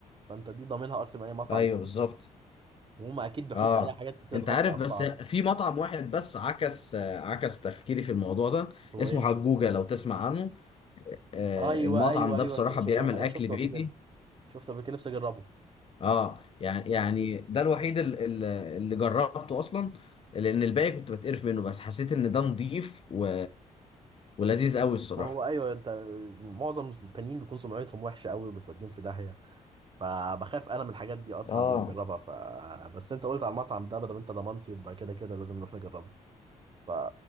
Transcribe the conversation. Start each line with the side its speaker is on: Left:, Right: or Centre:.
Right: فانت دي ضامنها اكتر من اي مطعم
Left: ايوه
Right: تاني
Left: بالظبط
Right: وهم اكيد بيحطوا
Left: اه
Right: عليها حاجات كتير
Left: انت
Right: تغطي
Left: عارف
Right: على
Left: بس
Right: الطعم
Left: في مطعم واحد بس عكس آه، عكس تفكيري في الموضوع ده
Right: هو
Left: اسمه
Right: ايه
Left: حجوجة لو تسمع عنه آه،
Right: ايوه
Left: المطعم
Right: ايوه
Left: ده
Right: ايوه
Left: بصراحة
Right: ش...
Left: بيعمل
Right: انا
Left: اكل
Right: شفته
Left: بيتي
Right: قبل كده شفته قبل كده نفسي اجربه
Left: اه يعني يعني ده الوحيد ال- ال- اللي جربته اصلا لان الباقي كنت بتقرف منه بس حسيت ان ده نضيف و... ولذيذ قوي الصراحة
Right: ما هو ايوه انت معظم التانيين بيكون سمعتهم وحشه قوي وبتوديهم في داهيه فبخاف انا من الحاجات دي اصلا
Left: اه
Right: قبل ما اجربها ف بس انت قلت على المطعم ده بدل انت ضمنتي يبقى كده كده لازم نروح نجربه ف